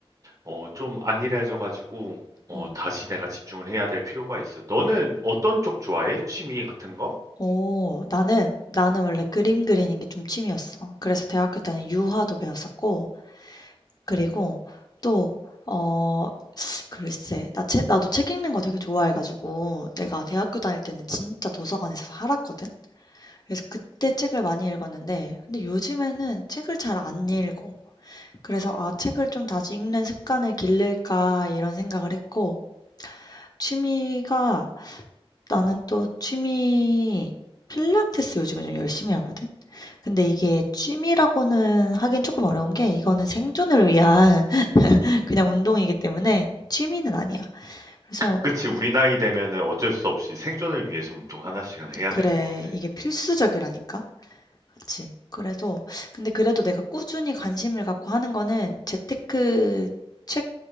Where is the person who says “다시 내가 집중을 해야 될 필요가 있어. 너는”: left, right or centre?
Right